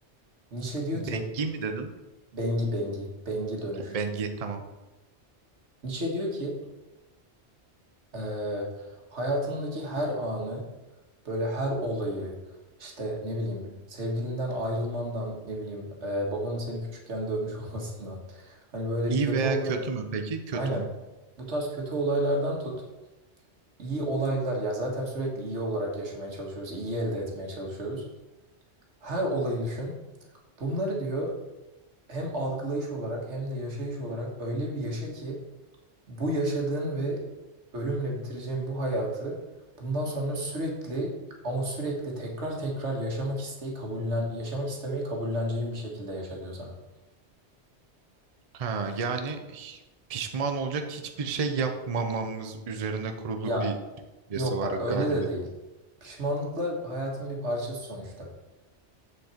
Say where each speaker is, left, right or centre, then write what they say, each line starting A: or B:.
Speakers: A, on the right; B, on the right.
A: Nietzsche diyor
B: Dengi
A: ki
B: mi dedin?
A: bengi bengi bengi dönüş.
B: Bengi tamam.
A: Nietzsche diyor ki Ee, hayatındaki her anı, böyle her olayı, işte ne bileyim sevgilinden ayrılmandan, ne bileyim e, babanın seni küçükken dövmüş <laughs> olmasından. Hani böyle
B: İyi
A: kötü
B: veya
A: olaylar,
B: kötü mü peki? Kötü
A: aynen
B: mü?
A: bu tarz kötü olaylardan tut. iyi olaylar ya zaten sürekli iyi olarak yaşamaya çalışıyoruz, iyi elde etmeye çalışıyoruz. Her olayı düşün. Bunları diyor hem algılayış olarak hem de yaşayış olarak öyle bir yaşa ki bu yaşadığın ve ölümle bitireceğin bu hayatı bundan sonra sürekli ama sürekli tekrar tekrar yaşamak isteği kabullen yaşamak istemeyi kabulleneceğin bir şekilde yaşa diyor sana.
B: Ha, yani hiç- pişman olacak hiçbir şey yapmamamız üzerine kurulu
A: Ya
B: bir düşüncesi
A: yok
B: var
A: bak öyle
B: galiba.
A: de değil. Pişmanlıklar hayatın bir parçası sonuçta.